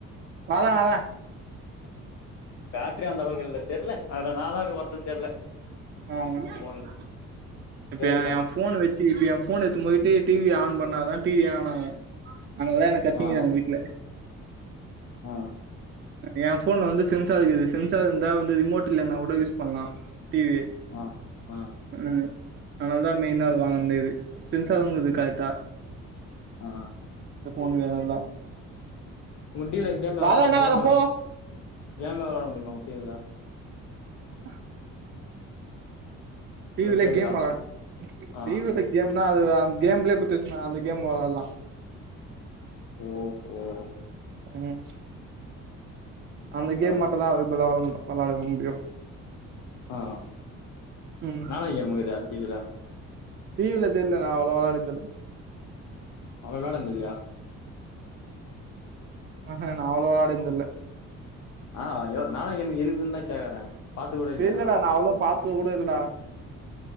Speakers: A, on the right; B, on the left.
A: வர வர
B: பேட்ரி அந்த அளவுக்கு இல்ல தெர்ல அதுல நான்தான் அப்டி ஒர்த்துன் தெர்ல
A: <unintelligible>
B: அந்த ஃபோன்ல
A: இப்ப
B: பேருக்குதா
A: என் போன் வெச் சி இப்ப என் போன் எத்துன் போய்ட்டு டிவி ஆன் பண்ணாதான் டிவி ஆன் ஆவு அதனாலதான் என்ன கத்தீங்கிறாங்க
B: ஆ
A: வீட் ல
B: ஆ
A: என் போன்ல வந்து சென்சார் கீது சென்சார் இருந்தா வந்து ரிமோட் இல்லன்னா கூட யூஸ் பண்லா டிவி
B: ஆ ஆ
A: ஹ அதனால தான் மெயினா அது வாங்கந்தே அது சென்சாருகீது கரெட்டா
B: ஆ
A: இந்த போன் வேனுல்லா
B: உன் டிவில கேம்லா
A: வேலன்னா
B: விள கேம்லா
A: வேல போ
B: கேம்லா விளாட முடியுமா உ டிவில
A: ச டிவிலே
B: இல்ல கேக்குதா
A: கேமா
B: ஆ
A: டிவியில கேம்னா அது அந்த கேம்லயே குத்துச்சுன்னா அந்த கேம் வெளளா
B: ஓ ஓ
A: ம் அந்த கேம்
B: தரோ
A: மட்டும்தா விளா விளாட முடியு
B: ஆ
A: ம்
B: னா னா கேமுகீது டிவில
A: டிவில தெர்ல நான் அவ்ளோவா விளாடிந்தேல்ல
B: அவ்ளோ விளான்தில்லையா
A: ஆஹ நான் அவ்ளோ விளாடிந்தில்லை
B: ஆஹ அய்யோ நாளா கேம் இருக்குதுன்னு தான் கேக்குறேன் பாத்து கூட இல்லையா
A: தெர்லடா நா அவ்ளோ பாத்தது கூட இல்லடா